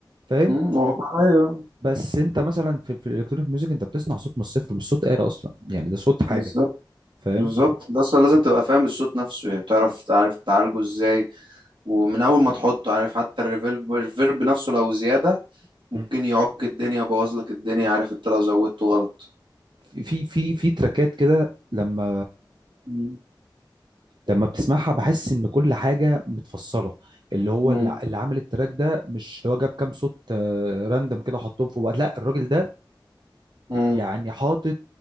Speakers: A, on the right; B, on the right.
A: فاهم
B: امم واقعيه
A: بس انت مثلا في, في الالكترونيك ميوزك انت بتصنع صوت من الصفر مش صوت آلة اصلا يعني ده صوت حاجة
B: بالظبط
A: فاهم
B: بالظبط ده اصلا لازم تبقى فاهم الصوت نفسه يعني بتعرف تعرف تعالجه ازاي ومن اول ما تحطه عارف حتى الريفيرب الريفيرب نفسه لو زياده ممكن
A: مم.
B: يعك الدنيا يبوظ لك الدنيا عارف انت لو زودته غلط
A: في في في في تراكات كده لما
B: امم
A: لما بتسمعها بحس ان كل حاجه متفصله اللي هو
B: امم
A: اللي, اللي عامل التراك ده مش هو جاب كام صوت آه، راندم كده حطهم في بعض لا الراجل ده
B: امم
A: يعني حاطط